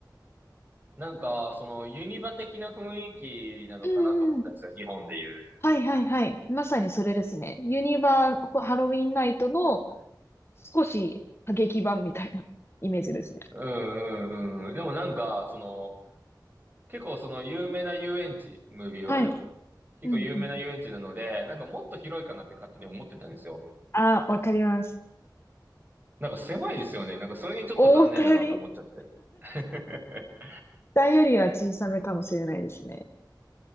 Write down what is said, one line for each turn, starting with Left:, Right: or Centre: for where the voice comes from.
Right: なんか、その、ユニバ的な雰囲気なのかなと思ったんですよ。
Left: うんうん。
Right: 日本でいう。
Left: はいはいはい。まさにそれですね。ユニバーハロウィンナイトの少し過激版みたいな <laughs> イメージですね。
Right: うんうんうん。でもなんか、その、結構その有名な遊園地、ムービーワールド。
Left: はい。
Right: 結構有名な遊園地なので、
Left: うんうん。
Right: なんかもっと広いかなって勝手に思ってたんですよ。
Left: ああ、わかります。
Right: なんか狭いですよね。なんかそれにちょっと残念だなと思っちゃって。
Left: 思ったより、
Right: <laughs>
Left: 大よりは小さめかもしれないですね。